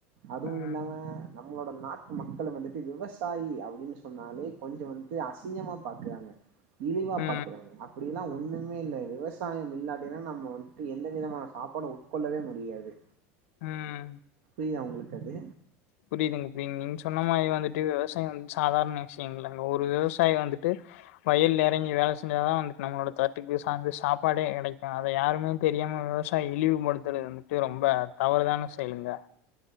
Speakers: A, on the right (about 65°); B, on the left (about 80°).
A: அதுவும்
B: ம்
A: இல்லாம நம் நம்மளோட நாட்டு மக்கள் வந்துட்டு விவசாயி அப்டின் சொன்னாலே கொஞ்சோ வந்துட்டு அசிங்கமா பாக்குறாங்க இழிவா
B: ம்
A: பாக் இருக்குறாங்க அப்டி எல்லா ஒன்னும் மே இல்ல விவசாயம் இல்லாட்டினா நம்ம வந்துட்டு எந்த விதமான சாப்பாடு உட்கொள்ளவே முடியாது
B: ம்
A: தி அவங்களுக்கு அது
B: புரியுதுங்க பிங் நீங்க சொன்ன மாரி வந்துட்டு விவசாயம் வந்து சாதாரண விஷ்யங்கள் இல்லங்க ஒரு விவசாயி வந்துட்டு வயல்ல எறங்கி வேல செஞ்சாதா வந்துட்டு நம்மளோட தட்டுக்கு சாந்து சாப்பாடே கெடைக்கு அதை யாருமே தெரியாம விவசாய இழிவுபடுத்துறது வந்துட்டு ரொம்ப தவறுதான செயலுங்க